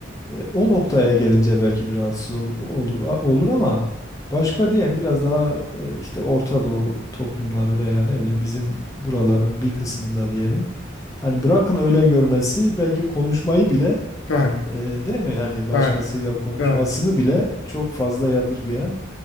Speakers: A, on the left; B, on the left.
A: e, o noktaya gelince belki biraz ol- ol- a- olur ama başka diyelim biraz daha e, işte Orta Doğu toplumları veya ne bileyim bizim buraların bir kısmında diyelim. Hani bırakın öyle görmesi belki konuşmayı bile
B: Doğru,
A: e, değil mi? Hani başkasıyla
B: doğru,
A: konuşmasını
B: doğru.
A: bile çok fazla yadırgayan,